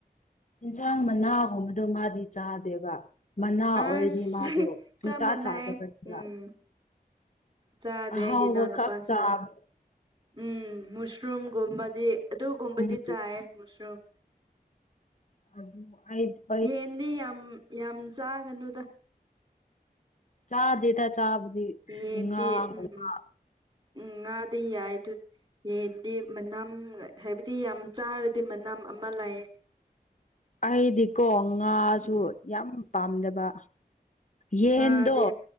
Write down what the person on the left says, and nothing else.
ꯌꯦꯟꯁꯥꯡ ꯃꯅꯥꯒꯨꯝꯕꯗꯣ ꯃꯥꯗꯤ ꯆꯥꯗꯦꯕ ꯃꯅꯥ ꯑꯣꯏꯔꯗꯤ
ꯃꯥꯗꯣ ꯁꯨꯡꯆꯥ
ꯆꯥꯗꯕꯅꯦꯕ
ꯑꯍꯥꯎꯕ
ꯈꯛ ꯆꯥꯕ
ꯑꯗꯨ
ꯑ ꯑꯗ <unintelligible>
ꯆꯥꯗꯦꯗ ꯆꯥꯕꯗꯤ
ꯉꯥꯒꯨꯝꯕ
ꯑꯩꯗꯤꯀꯣ ꯉꯥꯁꯨ
ꯌꯥꯝ ꯄꯥꯝꯗꯕ ꯌꯦꯟꯗꯣ